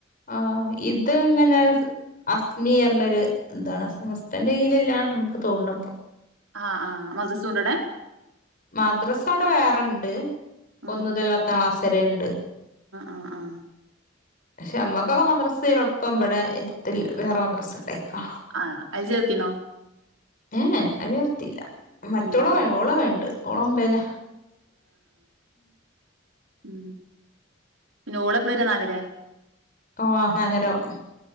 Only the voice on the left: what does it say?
ആഹ് ഇത് എങ്ങനെ അസ്മീന്നറഞ്ഞൊരു എന്താണ് സമസ്തന്റെ കീയിലല്ലാന്ന് നമുക്ക് തോന്നണപ്പോ
മദ്രാസ അവിടെ വേറെണ്ട്
ഒന്നുതൽ പത്താം ക്ലാസ് വരെണ്ട്
പക്ഷെ നമ്മക്കൊക്കെ
മദ്രസീ ഇപ്പം ഇവിടെ എരുത്തിള്ളൊരു വേറെ മദ്രസ് ഉണ്ടായിക്കാ.
ഏ എ അയില് നിർത്തീല, മറ്റോള
ഓളവ്ണ്ട് ഓളമ്പേല.
ഓ നലരാഉം.